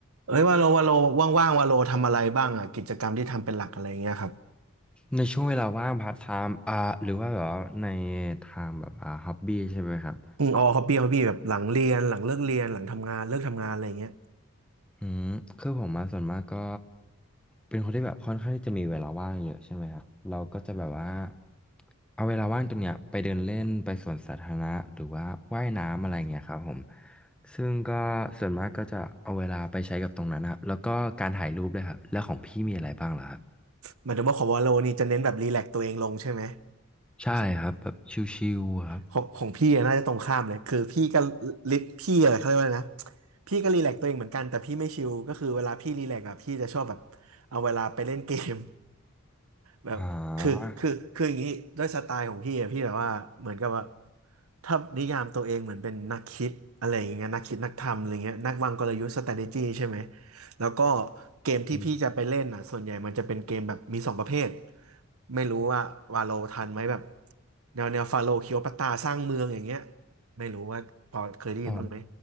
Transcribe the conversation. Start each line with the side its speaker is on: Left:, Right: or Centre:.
Right: เอ้ยวาโลวาโลว่างๆวาโลทำอะไรบ้างอ่ะกิจกรรมที่ทำเป็นหลักอะไรเงี้ยครับ
Centre: ในช่วงเวลาว่างพาร์ทไทม์อ่าหรือว่าแบบว่าในทางแบบอ่าฮ็อบบี้ใช่ไหมครับ
Right: อืมอ๋อฮอบบี้ฮอบบี้แบบหลังเรียนหลังเลิกเรียนหลังทำงานเลิกทำงานอะไรเงี้ย
Centre: อืมคือผมมาส่วนมากก็เป็นคนที่แบบค่อนข้างที่จะมีเวลาว่างเยอะใช่ไหมครับเราก็จะแบบว่าเอาเวลาว่างตรงเนี้ยไปเดินเล่นไปสวนสาธารณะหรือว่าว่ายน้ำอะไรเงี้ยครับผมซึ่งก็ส่วนมากก็จะเอาเวลาไปใช้กับตรงนั้นนะครับแล้วก็การถ่ายรูปด้วยครับแล้วของพี่มีอะไรบ้างเหรอครับ
Right: หมายถึงว่าของวาโลนี่จะเน้นแบบรีแลกซ์ตัวเองลงใช่ไหม
Centre: ใช่ครับแบบชิลๆครับ
Right: ใช่ของของพี่อะน่าจะตรงข้ามเลยคือพี่ก็ลิพี่อะไรเขาเรียกว่าอะไรนะพี่ก็รีแลกซ์ตัวเองเหมือนกันแต่พี่ไม่ชิลก็คือเวลาพี่รีแลกซ์อ่ะพี่จะชอบแบบเอาเวลาไปเล่นเกม แบบคือคือคืออย่างนี้ด้วยสไตล์ของพี่อะพี่แบบว่าเหมือนกับว่า
Centre: อ
Right: ถ้านิยามตัวเองเหมือนเป็นนักคิดอะไรอย่างเงี้ยนักคิดนักทำอะไรเงี้ยนักวางกลยุทธ์ strategy ใช่ไหมแล้วก็เกมที่พี่จะไปเล่นอ่ะส่วนใหญ่มันจะเป็นเกมแบบมีสองประเภท
Centre: อ
Right: ไม่รู้ว่าวาโลทันไหมแบบแนวแนวฟาโลคิโอปัตตาสร้างเมืองอย่างเงี้ยไม่รู้ว่าพอเคยได้ยินบ้างไหม
Centre: อ๋อ